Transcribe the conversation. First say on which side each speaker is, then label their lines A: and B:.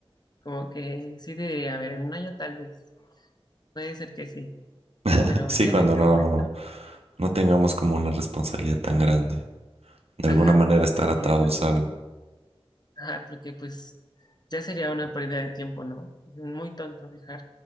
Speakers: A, on the left; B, on the right.
A: como que sí te diría, a ver, en un año tal vez, puede ser que sí,
B: <laughs>
A: pero
B: Sí,
A: ya
B: cuando
A: en este
B: no,
A: momento,
B: no tengamos como una responsabilidad tan grande. De
A: ajá,
B: alguna manera estar
A: sí,
B: atados a algo.
A: Ajá, porque pues ya sería una pérdida de tiempo, ¿no? es Muy tonto dejar